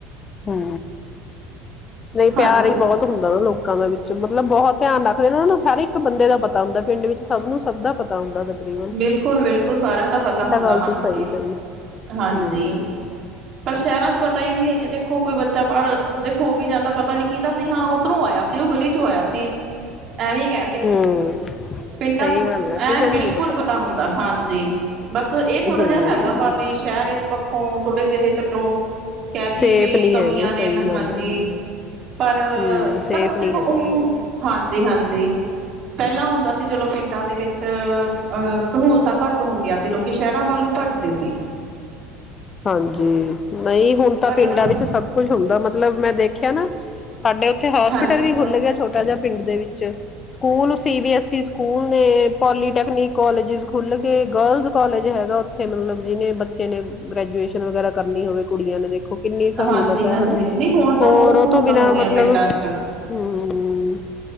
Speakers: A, on the left; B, on the right.
A: ਹੂੰ ਨਹੀਂ
B: ਹਾਂਜੀ
A: ਪਿਆਰ ਈ ਬਹੁਤ ਹੁੰਦਾ ਨਾ ਲੋਕਾਂ ਦੇ ਵਿੱਚ ਮਤਲਬ ਬਹੁਤ ਧਿਆਨ ਰੱਖਦੇ ਨੇ ਨੂੰ ਹਰ ਇੱਕ ਬੰਦੇ ਦਾ ਪਤਾ ਹੁੰਦਾ ਪਿੰਡ ਵਿੱਚ ਸਭ ਨੂੰ ਸਭ ਦਾ ਪਤਾ ਹੁੰਦਾ ਤਕਰੀਬਨ,
B: ਬਿਲਕੁਲ ਬਿਲਕੁਲ ਸਾਰਿਆਂ ਦਾ ਪਤਾ
A: ਇਹ
B: ਹੁੰਦਾ
A: ਤਾਂ ਗੱਲ
B: ਹਾਂਜੀ
A: ਤੂੰ ਸਹੀ ਕਹੀ,
B: ਹਾਂਜੀ
A: ਹੂੰ।
B: ਪਰ ਸ਼ਹਿਰਾਂ 'ਚ ਪਤਾ ਈ ਨਹੀਂ ਇਹ ਦੇਖੋ ਕੋਈ ਬੱਚ ਬੱਚਾ ਬਾਹਰ, ਦੇਖੋ ਔ ਵੀ ਜਾਂਦਾ ਪਤਾ ਨੀ ਕਿਹਦਾ ਸੀ, ਹਾਂ ਉੱਧਰੋਂ ਆਇਆ ਸੀ, ਉਹ ਗਲੀ ਚੋਂ ਆਇਆ ਸੀ। ਐਵੇਂ ਕਹਿਣਗੇ,
A: ਹਮ
B: ਪਿੰਡਾਂ
A: ਸਹੀ
B: ਚ
A: ਗੱਲ ਆ
B: ਐਨ
A: ਕਿਸੇ ਨੂੰ
B: ਬਿਲਕੁਲ
A: ਨਹੀਂ
B: ਪਤਾ ਹੁੰਦਾ ਹਾਂਜੀ। ਬਸ ਇਹ ਥੋੜਾ
A: ਹਮ
B: ਜਹਾ ਹੈਗਾ ਵਾ ਵੀ ਸ਼ਹਿਰ ਇਸ ਪੱਖੋਂ ਥੋਡੇ ਜਹੇ ਚਲੋ ਕਹਿ ਦਏ
A: ਸੇਫ
B: ਵੀ
A: ਨਹੀਂ
B: ਕਮੀਆਂ
A: ਹੈਗੇ
B: ਨੇ
A: ਸਹੀ
B: ਨਾ
A: ਗੱਲ
B: ਹਾਂਜੀ।
A: ਆ
B: ਪਰ,
A: ਹਮ
B: ਪਰ
A: ਸੇਫ
B: ਦੇਖੋ
A: ਨਹੀਂ ਹੈਗੇ
B: ੳ
A: ਹਾਂ
B: ਹਾਂਜੀ, ਹਾਂਜੀ। ਜ ਪਹਿਲਾਂ ਹੁੰਦਾ ਸੀ ਚਲੋ ਪਿੰਡਾਂ ਦੇ ਵਿੱਚ, ਅਹ ਸਹੂਲਤਾਂ ਘੱਟ ਹੁੰਦੀਆਂ ਸੀ ਲੋਕੀ ਸ਼ਹਿਰਾਂ ਵੱਲ ਨੂੰ ਭੱਜਦੇ ਸੀ
A: ਹਾਂਜੀ, ਨਹੀਂ ਹੁਨ ਤਾਂ
B: ਪਰ
A: ਪਿੰਡਾਂ ਵਿੱਚ ਸਭ ਕੁਛ ਹੁੰਦਾ ਮਤਲਬ ਮੈਂ ਦੇਖਿਆ ਨਾ ਸਾਡੇ
B: ਟੈਕਨੀਕ
A: ਉੱਥੇ ਹੋਸਪਿਟਲ ਵੀ ਖੁੱਲ ਗਿਆ ਛੋਟਾ ਜਿਹਾ ਪਿੰਡ ਦੇ ਵਿੱਚ, school C B S E school ਨੇ, ਪੋਲੀਟੈਕਨਿਕ ਕਾੱਲਜ ਖੁੱਲ ਗਏ, ਗਰਲਜ਼ ਕੋਾਲਜ ਹੈਗਾ ਉੱਥੇ ਮਤਲਬ ਜਿਹਨੇ ਬੱਚੇ ਨੇ ਗ੍ਰੈਜੂਏਸ਼ਨ ਵਗੈਰਾ ਕਰਨੀ ਹੋਵੇ ਕੁੜੀਆਂ ਨੇ ਦੇਖੋ ਕਿੰਨੀ ਸਹੂਲਤ
B: ਹਾਂਜੀ
A: ਹੈ
B: ਹਾਂਜੀ
A: ਨਾ।
B: ਨਹੀਂ ਹੁਣ ਤਾਂ
A: ਹੋਰ
B: ਬਹੁਤ ਸਹੂਲਤਾਂ
A: ਤੋਂ ਬਿਨਾਂ
B: ਹੋ ਗਈਆਂ
A: ਮਤਲਬ
B: ਪਿੰਡਾਂ 'ਚ
A: ਹੂੰ <unintelligible>